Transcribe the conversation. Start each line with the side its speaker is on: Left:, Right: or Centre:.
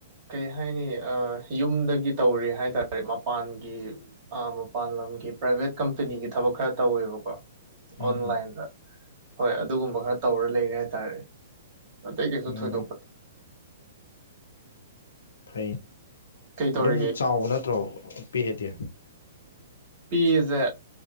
Right: ꯀꯩ ꯍꯥꯏꯅꯤ ꯑ ꯌꯨꯝꯗꯒꯤ ꯇꯧꯔꯤ ꯍꯥꯏꯇꯥꯔꯦ ꯀꯔꯤ ꯃꯄꯥꯟꯒꯤ ꯑ ꯃꯄꯥꯟ ꯂꯝꯒꯤ ꯄ꯭ꯔꯥꯏꯚꯦꯠ ꯀꯝꯄꯦꯅꯤꯒꯤ ꯊꯕꯛ ꯈꯔ ꯇꯧꯋꯦꯕꯀꯣ
Left: ꯎꯝ
Right: ꯑꯣꯟꯂꯥꯏꯟꯗ ꯍꯣꯏ ꯑꯗꯨꯒꯨꯝꯕ ꯈꯔ ꯇꯧꯔ ꯂꯩꯔꯦ ꯍꯥꯏꯇꯥꯔꯦ꯫ ꯑꯇꯩ ꯀꯩꯁꯨ
Left: ꯎꯝ
Right: ꯊꯣꯏꯗꯣꯛꯄ
Left: ꯐꯩ
Right: ꯀꯩ ꯇꯧꯔꯤꯒꯦ
Left: ꯑꯗꯨꯝ ꯆꯥꯎꯕ ꯅꯠꯇ꯭ꯔꯣ ꯄꯤꯛ ꯑꯦꯗꯤ
Right: ꯄꯤꯌꯦꯖꯦ